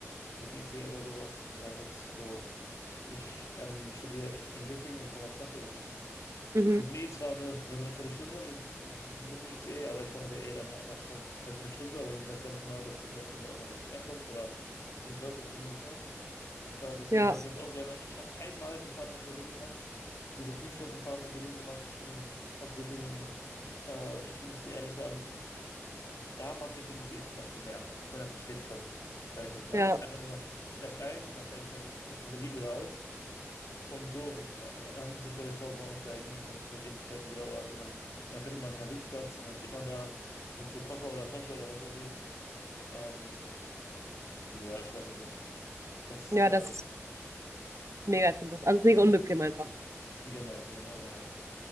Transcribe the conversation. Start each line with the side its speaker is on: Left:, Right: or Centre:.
Left: mit dem IC oder sowas. Sei es jetzt so, ich ähm, studiere in Göttingen und komme aus Kassel, das ist
Right: Mhm.
Left: mit dem E zwar nur, nur so eine Viertelstunde mit, mit dem ICE, aber ich fahre mit der E dann halt einfach halt für eine Stunde und ich weiß ganz genau, dass es in der Stunde auch dann wirklich ankommt oder ziemlich häufig zumindest, ne? Äh, deswegen
Right: Ja,
Left: mache ich das auch gerne. Ich habe einmal die Fahrt nach Berlin gemacht, diese fünf Stunden Fahrt nach Berlin gemacht von aus Göttingen. Äh, ich muss dir ehrlich sagen, da mag ich den ICE zum Beispiel mehr, auch wenn er zu spät kommt. Ich weiß nicht, weil
Right: ja,
Left: es ist einfach nur, ich steige ein und dann steige ich halt in in Berlin wieder aus. Und so äh, äh, muss ich, glaube ich, tausendmal umsteigen und das hat Ewigkeiten gedauert und dann, und dann findet man keinen Sitzplatz und dann steht man da mit so Koffer oder Tasche oder was weiß ich. Ähm, ja, ich weiß es nicht. Das,
Right: ja,
Left: äh,
Right: das ist mega interessant. Also mega unbequem einfach.
Left: genau, genau, genau.